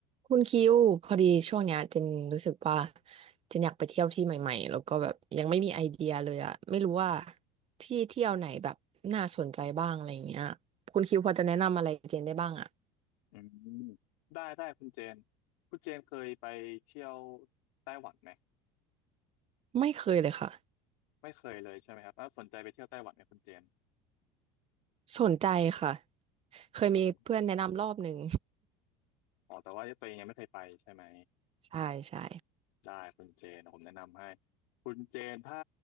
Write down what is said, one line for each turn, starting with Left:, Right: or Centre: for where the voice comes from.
Right: คุณคิวพอดีช่วงเนี้ยเจนรู้สึกว่าเจนอยากไปเที่ยวที่ใหม่ๆแล้วก็แบบยังไม่มีไอเดียเลยอะไม่รู้ว่าที่เที่ยวไหนแบบน่าสนใจบ้างอะไรอย่างเงี้ยคุณคิวพอจะแนะนำอะไรเจนได้บ้างอะ
Left: อืมได้ได้คุณเจนคุณเจนเคยไปเที่ยวไต้หวันไหม
Right: ไม่เคยเลยค่ะ
Left: ไม่เคยเลยใช่ไหมครับแล้วสนใจไปเที่ยวไต้หวันไหมคุณเจน
Right: สนใจค่ะเคยมีเพื่อนแนะนำรอบหนึ่ง
Left: สนอ๋อแต่ว่าตัวเองยังไม่เคยไปใช่ไหม
Right: <laughs> ใช่ใช่
Left: ได้คุณเจนผมแนะนำให้คุณเจนถ้า